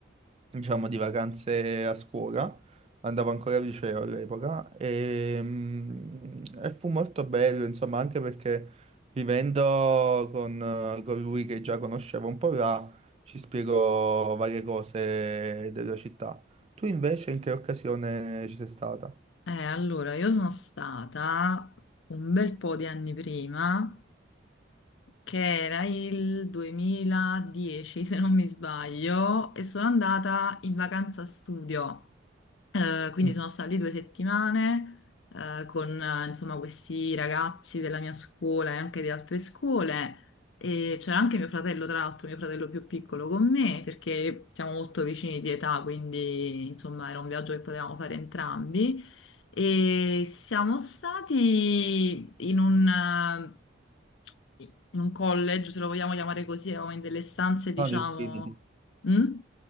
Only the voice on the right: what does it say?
diciamo, di vacanze a scuola, andavo ancora al liceo all'epoca e, mm, e fu molto bello, insomma, anche perché Vivendo con, eh, con lui che già conoscevo un po' là, ci spiego varie cose della città. Tu invece in che occasione ci sei stata?
Mm,
Non il Trinity.